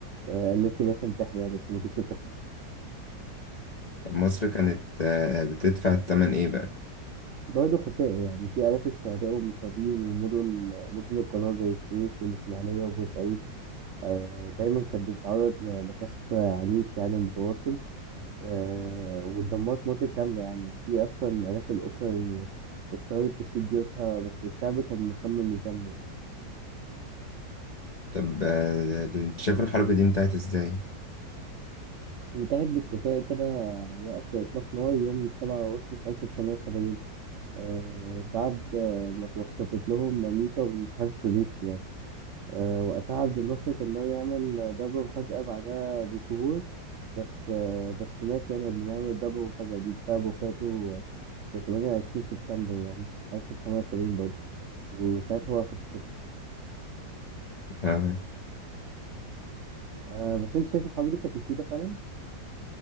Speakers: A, on the right; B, on the left.
A: آه، التي لا تنتهي يعني بس ما كانتش بتخلص
B: طب مصر كانت آه، بتدفع الثمن إيه بقى؟
A: برضه خسائر يعني في آلاف الشهداء والمصابين ومدن مدن القناة زي السويس والإسماعيلية وبورسعيد آه، دايما كانت بتتعرض ل- لقصف عنيف يعني متواصل آه، واتدمرت مناطق كاملة يعني وفي أصلا آلاف الأسر اضطرت تسيب بيوتها بس الشعب كان مصمم يكمل يعني.
B: طب آه، أنت شايف الحرب دي انتهت إزاي؟
A: انتهت باتفاق كده وقف إطلاق نار يوم 7 أغسطس 1970 آه، بعد آه، ما توسطت لهم أمريكا والاتحاد السوفيتي يعني. آه، وقتها عبد الناصر كان ناوي يعمل ضربة مفاجأة بعدها بشهور بس آه، بس مات يعني قبل ما يعمل الضربة المفاجأة دي بسبب وفاته في 28 سبتمبر يعني 1970 برضه وساعتها وقفت الخطة
B: آه،
A: آه، بس أنت شايف الحرب دي كانت مفيدة فعلا؟